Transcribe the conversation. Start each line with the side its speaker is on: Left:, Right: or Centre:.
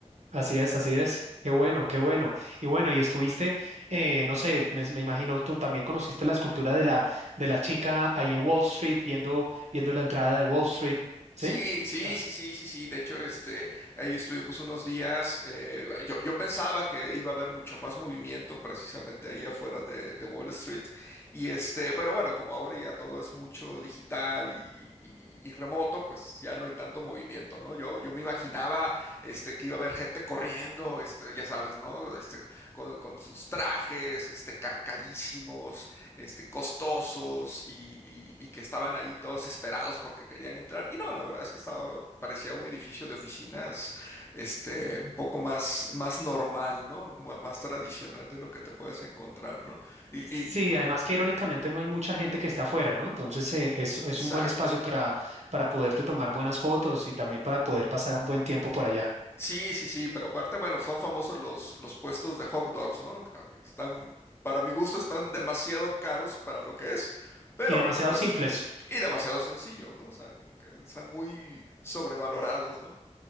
Right: Así es, así es. Qué bueno, qué bueno. Y bueno, y estuviste, eh, no sé, me, me imagino tú también conociste la escultura de la, de la chica ahí en Wall Street, viendo, viendo la entrada de Wall Street, ¿sí?
Left: Sí, sí,
Right: La-
Left: sí, sí, sí, sí. De hecho, este, ahí estuvimos unos días. eh, yo, yo pensaba que iba a haber mucho más movimiento precisamente ahí afuera de, de Wall Street. Y este, pero bueno, como ahora ya todo es mucho digital y, y- y remoto, pues ya no hay tanto movimiento, ¿no? Yo, yo me imaginaba, este, que iba a haber gente corriendo, este, ya sabes, ¿no? Este, con, con sus trajes, este, ca- carísimos este, costosos y, y- y que estaban ahí todos desesperados porque querían entrar. Y no, la verdad es que estaba, parecía un edificio de oficinas, este, un poco más, más normal, ¿no? Mu- Más tradicional de lo que te puedes encontrar, ¿no? Y,
Right: Sí,
Left: y-
Right: además que irónicamente no hay mucha gente que esté afuera, ¿no? Entonces eh, es, es
Left: exacto.
Right: un buen espacio para, para poderte tomar buenas fotos y también para poder pasar un buen tiempo por allá.
Left: Sí, sí, sí, pero aparte, bueno, son famosos los, los puestos de hot dogs, ¿no? Ah, Están, para mi gusto, están demasiado caros para lo que es, pero
Right: Y demasiado
Left: pues
Right: simples.
Left: son- Y demasiado sencillos, ¿no? O sea, como que están muy sobrevalorados, ¿no?